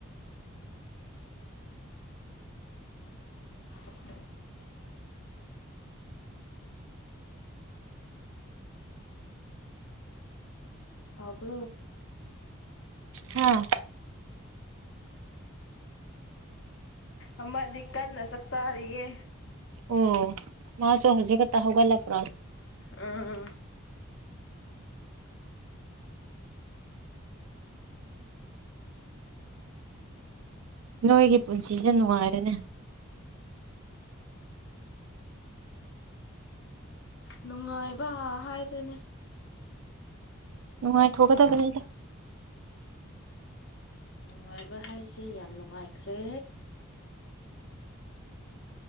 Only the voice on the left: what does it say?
<unintelligible> ꯍꯥꯎꯕ꯭ꯔꯣ꯫
ꯑꯃꯥꯗꯤ ꯀꯟꯅꯥ ꯆꯥꯛꯆꯥꯥꯔꯤꯌꯦ꯫
ꯎꯝ꯫
ꯅꯨꯡꯉꯥꯏꯕ ꯍꯥꯏꯗꯨꯅꯦ꯫
ꯅꯨꯡꯉꯥꯏꯕ ꯍꯥꯏꯁꯦ ꯌꯥꯝ ꯅꯨꯡꯉꯥꯏꯈ꯭ꯔꯦ꯫